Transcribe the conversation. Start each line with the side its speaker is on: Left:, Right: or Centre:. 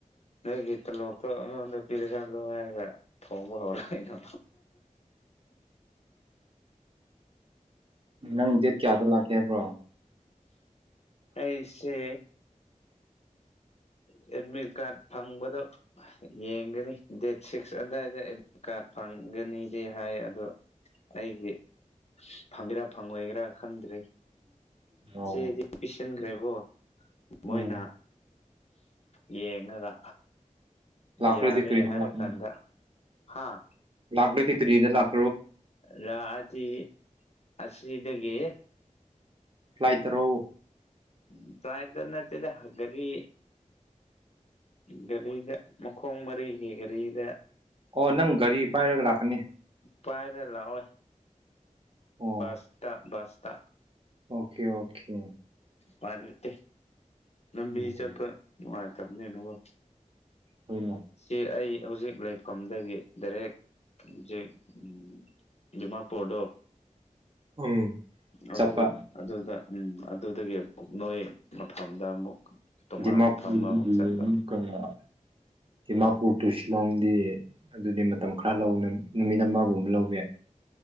Left: ꯂꯩꯒꯤꯇ ꯂꯗ ꯄꯤꯔꯦ ꯆꯂꯉꯒ ꯊꯣꯡꯕ ꯍꯧꯔꯅ
Right: ꯅꯪ ꯗꯦꯠ ꯀꯌꯥꯗ ꯂꯥꯛꯀꯦ ꯍꯥꯏꯕ꯭ꯔꯣ
Left: ꯑꯩꯁ ꯎ ꯑꯦꯗꯃꯤꯠ ꯀꯥꯔꯠ ꯐꯪꯕꯗꯣ ꯌꯦꯡꯒꯅꯤ ꯗꯦꯠ ꯁꯤꯛꯁ ꯑꯗꯨꯋꯥꯏꯗ ꯑꯦꯗꯃꯤꯠ ꯀꯥꯔꯠ ꯐꯪ ꯒꯅꯤꯗꯤ ꯍꯥꯏ ꯑꯗꯣ ꯑꯩꯒꯤ ꯐꯪꯒꯦꯔꯥ ꯐꯪꯉꯣꯏꯒꯔꯥ ꯈꯪꯗ꯭ꯔꯔꯤ
Right: ꯑꯣ
Left: ꯆꯦꯗꯤ ꯄꯤꯁꯤꯟꯈ꯭ꯔꯦꯕꯣ ꯃꯣꯏꯅ
Right: ꯎꯝ
Left: ꯌꯦꯉꯒ
Right: ꯂꯥꯛꯈ꯭ꯔꯗꯤ
Left: ꯌꯥꯔꯦ
Right: ꯀꯔꯤꯗ
Left: ꯍ ꯍꯥꯏꯂ
Right: ꯂꯥꯛꯀꯅꯤ
Left: ꯀꯗ ꯍꯥꯥ
Right: ꯂꯥꯛꯂꯗꯤ ꯀ꯭ꯔꯤꯗ ꯂꯥꯛ
Left: ꯂꯗꯤ ꯑꯁꯤꯗꯒꯤꯦ
Right: ꯐ꯭ꯂꯥꯏ ꯇꯔꯛꯎ
Left: ꯎ ꯆꯥꯏꯗ ꯅꯠꯇꯗ ꯍꯒꯔꯤ ꯒꯥꯔꯤꯗ ꯃꯈꯣꯡ ꯃꯔꯤꯒꯤ ꯒꯥꯔꯤꯗ
Right: ꯑꯣ ꯅꯪ ꯒꯥꯔꯤ ꯄꯥꯏꯔꯒ ꯂꯥꯛꯀꯅꯤ
Left: ꯄꯥꯏꯔ ꯂꯥꯛꯑꯣꯣꯏ
Right: ꯑꯣ
Left: ꯁꯇ ꯁꯇ
Right: ꯑꯣꯀꯦ ꯑꯣꯀꯦ
Left: ꯄꯜꯂꯠꯇꯦ ꯂꯝꯕꯤ
Right: ꯎꯝ
Left: ꯆꯠꯄ ꯅꯨꯡꯉꯥꯏꯇꯕꯅꯦꯅꯀꯣ
Right: ꯍꯣꯏꯅ
Left: ꯁꯤ ꯑꯩ ꯍꯧꯖꯤꯛ ꯂꯩꯐꯝꯗꯒꯤ ꯗꯥꯏꯔꯦꯛ ꯦ ꯎꯝ ꯗꯤꯃꯄꯨꯔꯗꯣ
Right: ꯎꯝ
Left: ꯑꯗꯨ
Right: ꯆꯠꯄ
Left: ꯑꯗꯨꯗ ꯎꯝ ꯑꯗꯨꯗꯒꯤ ꯑꯃꯨꯛ ꯅꯣꯏ ꯃꯐꯝꯗ ꯑꯃꯨꯛ ꯇꯣꯉꯥꯟꯅ
Right: ꯗꯤꯃꯥꯄꯨꯔ
Left: ꯐꯃ ꯑꯃꯨꯛꯆꯠꯇ
Right: ꯗꯤꯃꯥꯄꯨꯔ ꯇꯨ ꯁꯤꯂꯣꯡꯗꯤ ꯑꯗꯨꯗꯤ ꯃꯇꯝ ꯈꯔ ꯂꯧ ꯅꯨꯃꯤꯠ ꯑꯃꯒꯨꯝꯕ ꯂꯧꯕꯏ